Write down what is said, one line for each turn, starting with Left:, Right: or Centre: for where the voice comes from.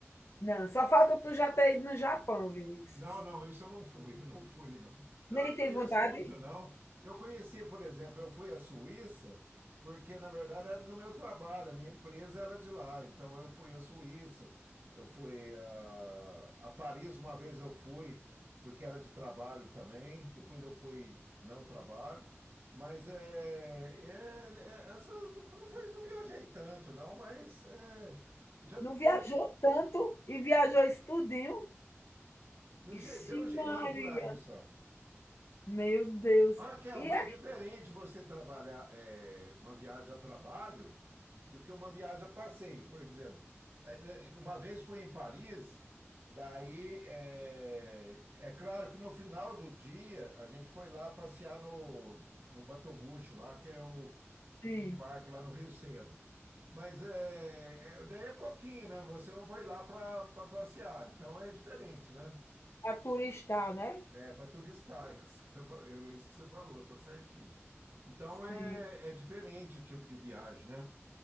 Left: Não, só falta tu já ter ido no Japão, Vinícius.
Right: Não, não, isso eu não fui, <laughs> eu não fui, não. Eu
Left: Nem
Right: não conheço
Left: tem vontade.
Right: muito, não. Eu conheci, por exemplo, eu fui à Suíça, porque na verdade era do meu trabalho, a minha empresa era de lá, então eu fui à Suíça, eu fui a, a Paris uma vez eu fui, porque era de trabalho também, depois eu fui não trabalho, mas é, é- é- essas, não foi, não viajei tanto, não, mas é, já
Left: Não viajou
Right: deu, um
Left: tanto e viajou isso tudinho.
Right: gi-
Left: Ixi,
Right: deu um girinho
Left: Maria.
Right: por aí só.
Left: Meu Deus.
Right: Raquel,
Left: E
Right: mas
Left: é
Right: é diferente você trabalhar é, uma viagem a trabalho do que uma viagem a passeio. Por exemplo, é, é, uma vez fui em Paris, daí é, é claro que no final do dia a gente foi lá passear no, no Batomuxo, lá que é o
Left: assim,
Right: que tem um barco lá no Rio Sena. Mas é, é- daí é pouquinho, né? Você não foi lá para passear, então é diferente, né?
Left: a turistar, né?
Right: É, para tu listar, é isso que, tá fal- é isso que você falou, tá certinho. Então
Left: Sim.
Right: é, é diferente o tipo de viagem, né?